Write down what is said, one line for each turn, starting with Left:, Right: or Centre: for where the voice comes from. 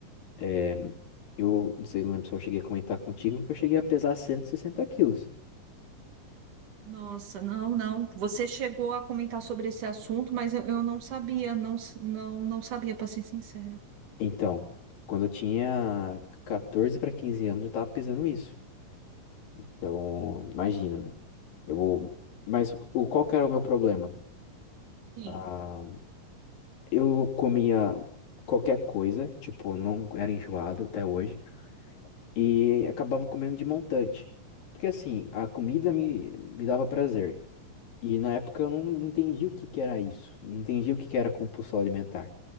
Left: É, eu não sei, lembro se eu cheguei a comentar contigo que eu cheguei a pesar cento e sessenta quilos.
Right: Nossa, não, não. Você chegou a comentar sobre esse assunto, mas eu, eu não sabia, não, s- não, não sabia, para ser sincera.
Left: Então, quando eu tinha 14 para 15 anos, eu tava pesando isso. Então, imagina, né? Eu, mas o, qual que era o meu problema?
Right: Sim,
Left: Ah, eu comia qualquer coisa, tipo, não era enjoado até hoje. E acabava comendo de montante. Porque assim, a comida me, me dava prazer. E na época eu não entendi o que que era isso. Não entendi o que que era compulsão alimentar.